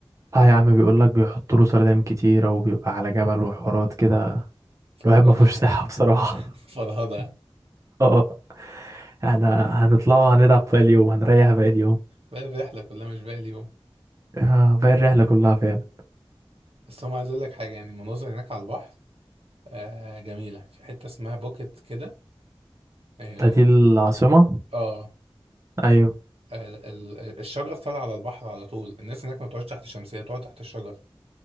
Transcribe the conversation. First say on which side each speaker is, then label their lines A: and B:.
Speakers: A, on the right; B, on the right.
A: اه يا عم بيقول لك بيحطوا له سردين كتيرة وبيبقى على جبل وحوارات كده
B: فرهدة
A: الواحد ما فيهوش صحة بصراحة
B: <laughs> فرهدة
A: <laughs> اه احنا هنطلع وهنلعب باقي اليوم هنريح باقي اليوم
B: بقى الرحلة كلها مش باقي اليوم
A: آه باقي الرحلة كلها فعلا
B: بس هم عايز أقول لك حاجة يعني المناظر هناك على البحر آه جميلة في حتة اسمها بوكيت كده اه
A: ده دي العاصمة
B: آه.
A: ايوه
B: ال- ال- الشجر فال على البحر على طول الناس هناك ما بتقعدش تحت شمسية بتقعد تحت الشجر